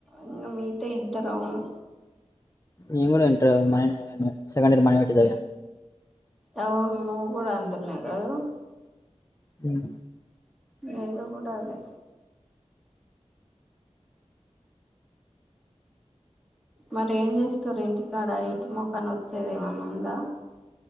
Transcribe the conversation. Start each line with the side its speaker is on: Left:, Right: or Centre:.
Centre: ఇంగ మీతో ఇంటర్ అవును
Left: మేంకూడ ఇంటర్ చదివ మాయన్న చదివే సెకండ్ ఇయర్ మాయ పెట్టి చదివ
Centre: అవును నువ్వు కూడ అందుల్నే కదు
Left: ఉమ్
Centre: మేగ కూడ అదె మరి ఏం చేస్తరు ఇంటికాడ ఇటు మొకన వచ్చేది ఏమన్నా ఉందా